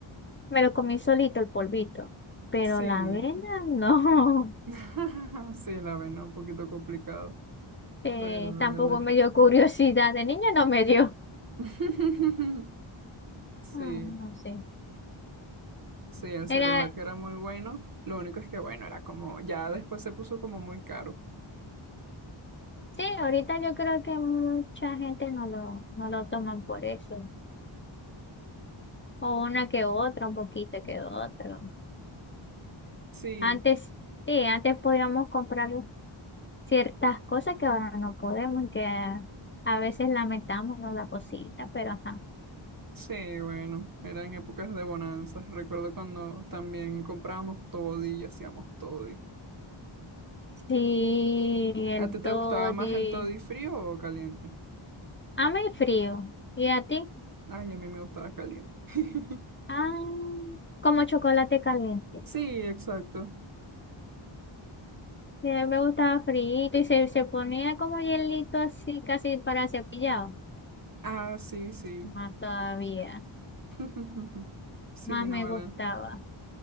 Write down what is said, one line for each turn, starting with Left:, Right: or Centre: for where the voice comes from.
Left: me lo comí solito el polvito, pero
Right: Sí.
Left: la avena no,
Right: <laughs> Sí, la ven un poquito complicado,
Left: <laughs> eh,
Right: pero
Left: tampoco
Right: de verdad
Left: me
Right: que...
Left: dio curiosidad, de niña no me dio.
Right: <laughs> Sí,
Left: Ah, no sé.
Right: sí, el
Left: Era,
Right: que era muy bueno. Lo único es que, bueno, era como, ya después se puso como muy caro.
Left: sí, ahorita yo creo que mucha gente no lo, no lo toman por eso. O una que otra, un poquito que otro
Right: Sí,
Left: Antes, sí, antes podíamos comprar ciertas cosas que ahora no podemos y que a veces lamentamos ¿no? la cosita, pero ajá.
Right: sí, bueno, era en épocas de bonanzas. Recuerdo cuando también comprábamos toddy y hacíamos toddy.
Left: Sí, el
Right: ¿A ti te
Left: toddy.
Right: gustaba más el toddy frío o caliente?
Left: A mí frío. ¿Y a ti?
Right: Ay, a mí me gustaba caliente. <laughs>
Left: Ah, como chocolate caliente.
Right: Sí, exacto.
Left: Sí, me gustaba frío y se, se ponía como hielito así, casi para cepillado.
Right: Ah, sí, sí.
Left: Más todavía.
Right: <laughs> Sí,
Left: Más
Right: no,
Left: me
Right: ¿verdad?
Left: gustaba.